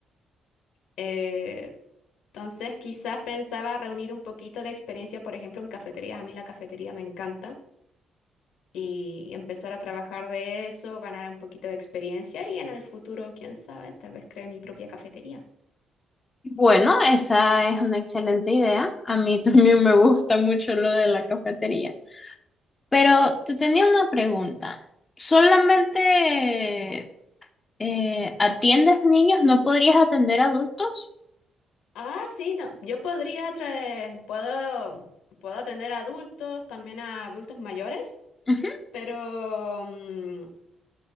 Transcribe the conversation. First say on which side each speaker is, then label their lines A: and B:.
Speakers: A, on the left (about 85°); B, on the left (about 30°).
A: Eh, entonces quizás pensaba reunir un poquito de experiencia, por ejemplo, en cafeterías. A mí la cafetería me encanta y empezar a trabajar de eso, ganar un poquito de experiencia y en el futuro, quién sabe, tal vez cree mi propia cafetería.
B: Bueno, esa es una excelente idea. A mí <laughs> también me gusta mucho lo de la cafetería. Pero te tenía una pregunta. ¿Solamente eh, atiendes niños? ¿No podrías atender adultos?
A: Ah, sí, no, Yo podría traer, puedo, puedo atender a adultos, también a adultos mayores,
B: Ujú.
A: pero, mm,